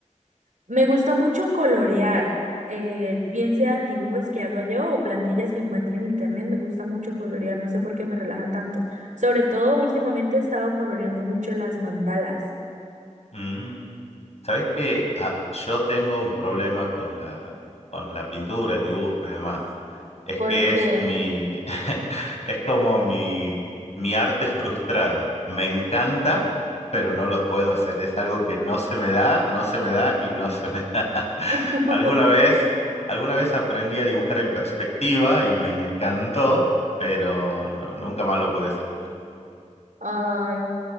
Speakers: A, on the right; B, on the left.
A: me gusta mucho colorear, eh, bien sea dibujos que hago yo o plantillas que encuentro en internet, me gusta mucho colorear, no sé por qué me relaja tanto. Sobre todo últimamente he estado coloreando mucho las mandalas.
B: Mm. Sabes que ah, yo tengo un problema con la, con la pintura, el dibujo y demás. Es
A: porque
B: que es mi, <laughs> es como mi, mi arte frustrado. Me encanta, pero no lo puedo hacer. Es algo que no se me da, no se me da y no se me <laughs> da.
A: <laughs>
B: Alguna vez, alguna vez aprendí a dibujar en perspectiva y me encantó, pero no- nunca más lo pude hacer.
A: Ay,